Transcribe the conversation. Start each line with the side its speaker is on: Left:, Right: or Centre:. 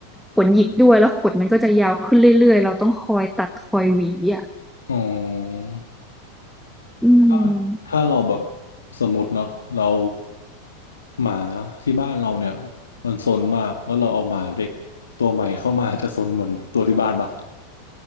Centre: ขนหยิกด้วยแล้วขนมันก็จะยาวขึ้นเรื่อยๆเราต้องคอยตัดคอยหวีอ่ะ
Left: อ๋อ
Centre: อืม
Left: ถ้าถ้าเราแบบสมมติเนาะเราหมาที่บ้านเราเนี่ยมันซนมากแล้วเราเอาหมาเด็กตัวใหม่เข้ามาจะซนเหมือนตัวที่บ้านปะ